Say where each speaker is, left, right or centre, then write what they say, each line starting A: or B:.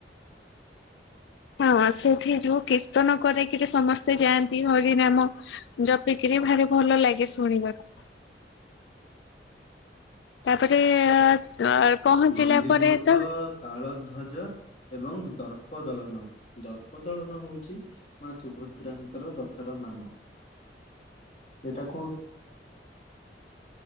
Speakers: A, on the left; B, on the left.
A: ହଁ, ସେଠି ଯୋଉ କୀର୍ତ୍ତନ କରିକିରି ସମସ୍ତେ ଯାଆନ୍ତି ହରି ନାମ ଜପିକିରି ଭାରି ଭଲ ଲାଗେ ଶୁଣିବାକୁ। ତାପରେ ଅ ପହଞ୍ଚିଲା
B: ନନ୍ଦିଘୋଷ
A: ପରେ ତ
B: ତାଳଧ୍ୱଜ ଏବଂ ଦର୍ପଦଳନ ଦର୍ପଦଳନ ହଉଛି ମା ସୁଭଦ୍ରାଙ୍କର ରଥର ନାମ, ସେଇଟାକୁ